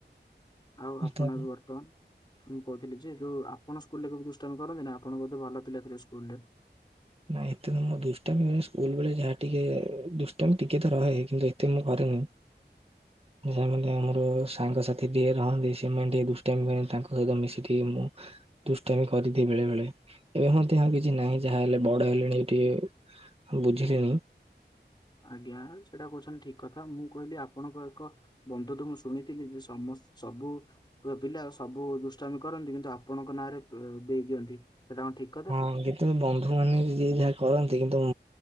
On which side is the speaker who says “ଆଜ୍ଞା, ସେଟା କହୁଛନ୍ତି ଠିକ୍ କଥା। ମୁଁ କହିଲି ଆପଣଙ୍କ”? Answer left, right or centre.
Left